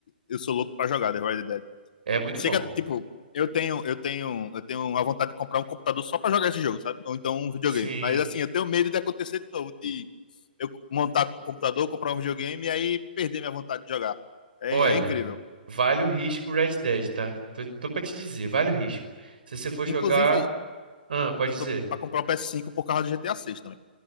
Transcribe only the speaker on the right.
É muito
bom.
Sim.
Olha,
vale o risco o Red Dead, tá? Tô, tô pra te dizer, vale o risco. Se você for jogar,
Ah, pode
dizer.